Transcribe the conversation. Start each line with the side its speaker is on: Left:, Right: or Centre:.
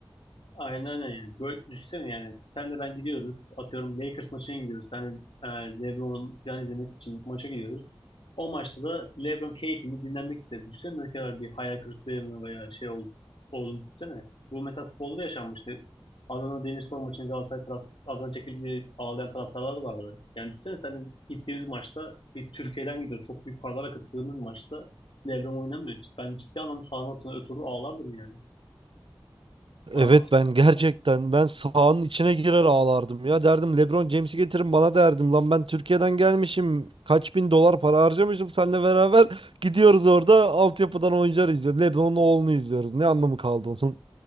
Left: Aynen öyle. Böyle düşünsene yani. Sen de ben gidiyoruz. Atıyorum Lakers maçına gidiyoruz. Sen de e, LeBron'u falan izlemek için maça gidiyoruz. O maçta da LeBron keyfini dinlenmek istedi. Düşünsene ne kadar bir hayal kırıklığına veya şey oldu, olduğunu düşünsene. Bu mesela futbolda da yaşanmıştı. Adana Demirspor maçında Galatasaray taraf, Adana çekildiği ağlayan taraftarlar vardı. Yani düşünsene sen de gittiğimiz maçta bir Türkiye'den gidiyoruz. Çok büyük paralar akıttığımız maçta LeBron oynamıyor. Ben ciddi anlamda sahanın altına ötürü ağlardım yani. Sahanın
Right: Evet
Left: altına
Right: ben gerçekten ben sahanın içine girer ağlardım ya derdim LeBron James'i getirin bana derdim lan ben Türkiye'den gelmişim kaç bin dolar para harcamışım seninle beraber gidiyoruz orada altyapıdan oyuncular izliyoruz LeBron'un oğlunu izliyoruz ne anlamı kaldı onun